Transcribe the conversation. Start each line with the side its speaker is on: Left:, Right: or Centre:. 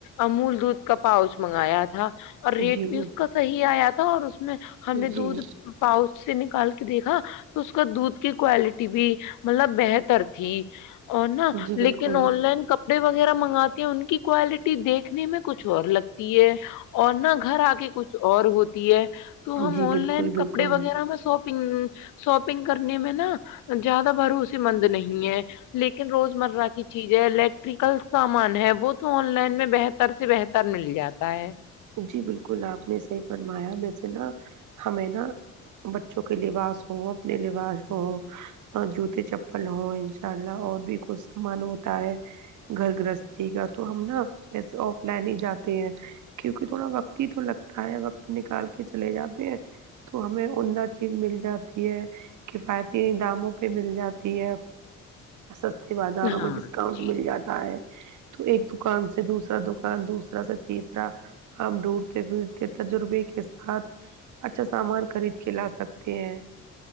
Left: امول دودھ کا پاؤچ منگایا تھا اور ریٹ
Right: جی
Left: بھی اس کا صحیح آیا تھا اور اس میں ہم نے
Right: جی
Left: دودھ پاؤس سے نکال کے دیکھا تو اس کا دودھ کی کوالٹی بھی ملب بہتر تھی اور نا
Right: جی بالکل
Left: لیکن آن لائن کپڑے وغیرہ منگاتے ہیں ان کی کوالٹی دیکھنے میں کچھ اور ہے اور نہ گھر آ کے کچھ اور ہوتی ہے تو ہم
Right: جی
Left: آن
Right: بالکل
Left: لائن
Right: بالکل
Left: کپڑے وغیرہ شاپنگ شاپنگ کرنے میں نا زیادہ بھروسے مند مند نہیں ہے لیکن روزمرہ کی چیز ہے لے یکل سامان ہے وہ تو آن لائن میں بہتر سے بہتر مل جاتا ہے
Right: جی بالکل آپ نے صحیح فرمایا ویسے نا ہمیں نا بچوں کے لباس ہوں اپنے لباس ہوں اور جوتے چپل ہوں ان شاء اللہ اور بھی کچھ سامان ہوتا ہے گھر گرہستی کا تو ہم نا جسے آف لائن ہی جاتے ہیں کیونکہ تھوڑا وقت ہی تو لگتا ہے وقت نکال کے چلے جاتے ہیں تو ہمیں عمدہ چیز مل جاتی ہے کفایتی داموں پہ مل جاتی ہے سستے بازاروں
Left: ہاں
Right: میں ڈسکاؤنٹ
Left: جی
Right: مل جاتا تو ایک دکان سے دوسرا دکان دوسرا سے تیسرا را ہم ڈھونڈتے پھرتے تجربے کے ساتھ اچھا سامان خرید کے لا سکتے ہیں